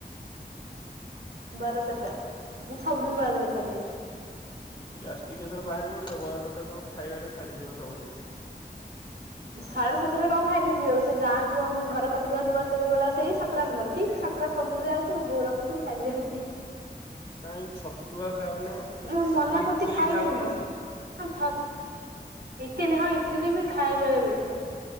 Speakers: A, on the right; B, on the left.
A: ବର ତରକାରୀ ମୁଁ ସବୁଦିନ ବରା ତରକାରୀ ଖାଇକି ଯାଉଚି।
B: ଗ୍ୟାସଟିକ୍ ଯେତେବେଳେ ବାହାରି ପଡିବ ବରା ତରକାରୀ ତମର ଖାଇବାରେ ଛାଡିଯିବ ସବୁଦିନ।
A: ସାଢେ ସାତଟା କଣ ଖାଇକି ଯିବି ଆଉ ସେ ଗାଁକୁ ଆମ ଘର କତିକି ଆଉଚି ବର <unintelligible> ସେଇ ସାତଟା ପନ୍ଦର ଠିକ୍ ସାତଟା ପନ୍ଦରରେ ଆଉଚି ମୋ ବୋଉ ରଖୁଚି ମୁଁ ଖାଇକି ଯାଉଚି।
B: କାଇଁ ଛତୁଆ ଖାଉନ।
A: ମୁଁ ମନା
B: କି ଇଟଲି
A: କରୁଚି ଖାଇବିନି।
B: ଖାଉନ?
A: ହଁ ଛତ୍ ଇଟିଲି ହଁ ଇଟିଲି ବି ଖାଏ ବେଳେ ବେଳେ।